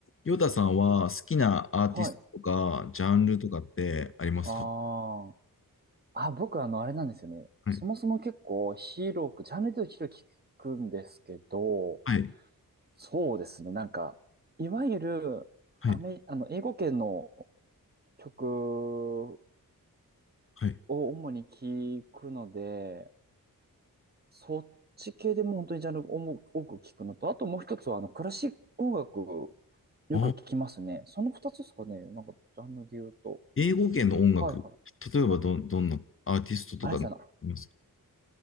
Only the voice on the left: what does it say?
ヨタさんは好きなアーティストとか、
ジャンルとかってありますか
はい。
はい。
はい。
はい。
あ、
英語圏の音楽。
例えばど、どんなアーティストとかありますか